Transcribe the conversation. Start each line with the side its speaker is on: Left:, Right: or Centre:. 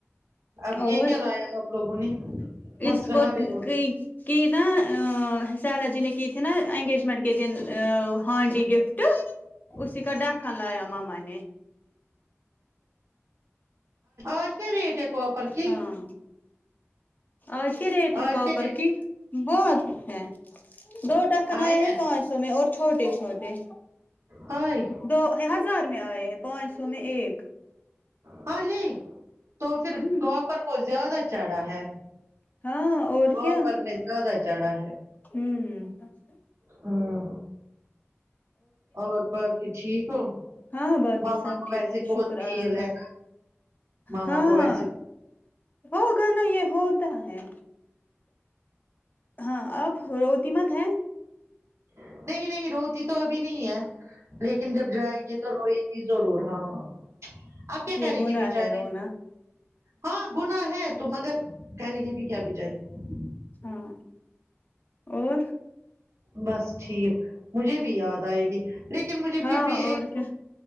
Right: اب
Left: اور
Right: یہ کیا لایا آپ لوگوں نے ہنس
Left: اس
Right: رہا
Left: کو
Right: رہی ہوگی
Left: کہ کہ نا سیلا جی نے کی تھی نا انگیجمینٹ کے دن ا ہانڈی گفٹ
Right: اچ
Left: اس کا ڈاکاں لایا ماما نے
Right: آج کیا ریٹ ہے کوپر کی
Left: ہاں آج کیا ریٹ ہے
Right: آج
Left: کاپر
Right: کیا ریٹ
Left: کی بہت ہے دو ڈکن
Right: ہائی
Left: آئے ہیں
Right: ہے
Left: پانچ سو میں اور چھوٹے چھوٹے
Right: ہائے
Left: دو ہزار میں آئے ہیں پانچ سو میں ایک
Right: ہا لے تو پھر
Left: ہوں
Right: کاپر کو زیادہ چڑھا ہے
Left: ہاں اور
Right: وہپ
Left: کیا
Right: پر نے زیادہ چڑھا ہے
Left: ہوں
Right: ہاں اور باقی ٹھیک ہو
Left: ہاں باقی
Right: ماما
Left: سب
Right: کو
Left: ٹھیک
Right: ویسے
Left: ہے شکر
Right: بہت فیل
Left: اللہ کا
Right: ہے نا ماما
Left: ہاں
Right: کو ویسے
Left: ہوگا نا یہ ہوتا ہے ہاں اب روتی مت ہیں
Right: نہیں نہیں روتی تو ابھی نہیں ہے لیکن جب جائیں گے تو روئے گی ضرور ہاں آپ کیا کریں
Left: یہ گناہ
Right: گی بچاریے
Left: ہے رونا
Right: ہاں گنا ہے تو مگر کرہے گی بھی کیا بچاری
Left: ہاں اور
Right: بس ٹھیک مجھے بھی یاد آئے گی لیکن مجھے
Left: ہاں
Right: پھر بھی ایک
Left: اور کیا